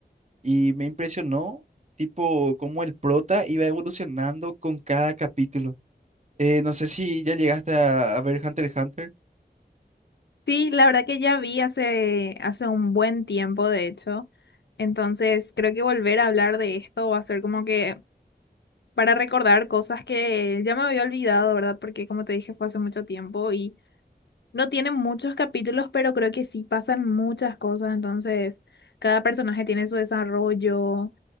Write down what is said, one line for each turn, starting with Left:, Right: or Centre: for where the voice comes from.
Right: Y me impresionó, tipo, cómo el prota iba evolucionando con cada capítulo. Eh, no sé si ya llegaste a, a ver Hunter x Hunter.
Left: Sí, la verdad que ya vi hace, hace un buen tiempo, de hecho. Entonces, creo que volver a hablar de esto va a ser como que para recordar cosas que ya me había olvidado, ¿verdad? Porque como te dije, fue hace mucho tiempo y no tienen muchos capítulos, pero creo que sí pasan muchas cosas. Entonces, cada personaje tiene su desarrollo